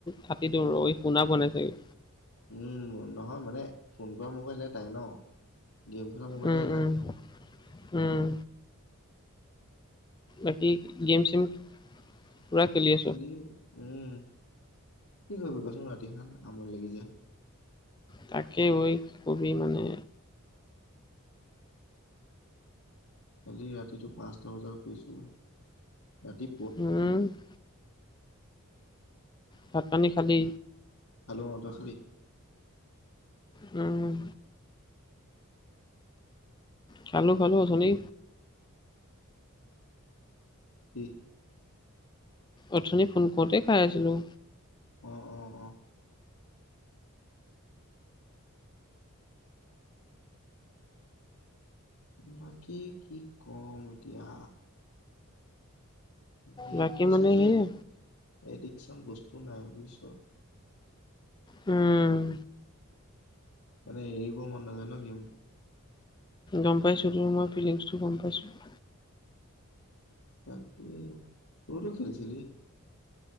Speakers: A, on the left (about 20°); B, on the left (about 70°).
A: হাটি দি ৰ শুনা ব নাই চাগে।
B: উম নহয় মানে ফোন কৰা মোবাইল এটাই ন গেম খেলা মোবাইল
A: উম
B: এটা
A: উম উম বাকি গেম চেম পুৰা খেলিয়ে
B: খেলিয়ে উম কি কৰিবি কচোন ৰাতিখন আমনি লাগি যায়
A: তাকে ঐ কি কবি মানে
B: কালি ৰাতিটো পাঁচটা বজাত শুইছোঁ ৰাতি
A: উম ভাত পানী খালি
B: খেলো অ তই খালি
A: উম খেলো খেলো উঠনি
B: কি
A: অথনি ফোন কওঁতে খাই আছিলোঁ
B: অ অ অ বাকী কি কম এতিয়া গেমটো
A: বাকী
B: হৈছে
A: মানে
B: যে
A: সেয়া
B: এডিকচন বস্তু নাই বুইছ।
A: উম
B: মানে এৰিব মন নাযায় ন গেমটো
A: গম পাইছোঁ তোৰ মই ফিলিংছটো গম পাইছোঁ
B: তাকে তওতো খেলিছিলি